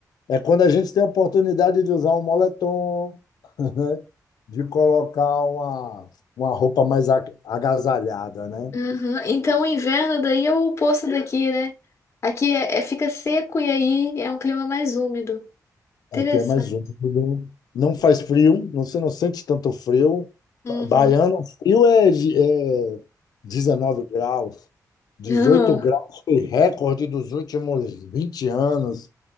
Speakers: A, on the left; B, on the left.
A: é quando a gente tem a oportunidade de usar um moletom, né? de colocar uma, uma roupa mais a- agasalhada, né?
B: Uhum. Então, o inverno daí é o oposto daqui, né? Aqui é, é- fica seco e aí é um clima mais úmido. Interessante.
A: Aqui é mais úmido. Não faz frio, não- você não sente tanto frio.
B: Uhum.
A: Ba- Baiano, frio é, de- é 19 graus, dezoito
B: Uhum.
A: graus foi recorde dos últimos 20 anos.